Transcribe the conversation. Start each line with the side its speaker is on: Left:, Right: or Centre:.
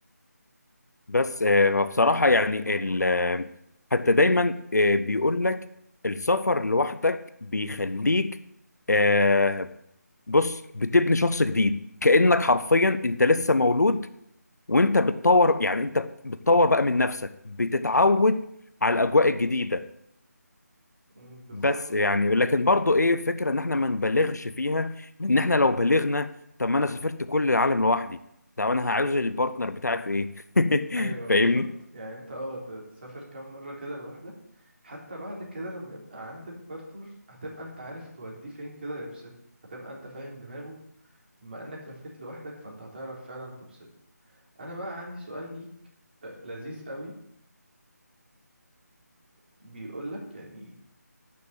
Left: بس آه، بصراحه يعني ال- آه، حتى دايما آه، بيقول لك السفر لوحدك بيخليك آه، بص بتبني شخص جديد كأنك حرفيا انت لسه مولود وانت بتطور يعني انت بتطور بقى من نفسك بتتعود على الاجواء الجديده
Right: أمم، بالظبط
Left: بس يعني لكن برضو ايه فكره ان احنا ما نبالغش فيها لان احنا لو بالغنا طب ما انا سافرت كل العالم لوحدي طب انا هعوز البارتنر بتاعي في ايه
Right: ايوه
Left: <laughs>
Right: بالظبط
Left: فاهمني
Right: يعني انت اه ت- تسافر كام مره كده لوحدك حتى بعد كده لما يبقى عندك بارتنر هتبقى انت عارف توديه فين كده يبسطه هتبقى انت فاهم دماغه بما انك لفيت لوحدك فانت هتعرف فعلا تبسطه انا بقى عندي سؤال ليك آه، لذيذ قوي بيقولك يعني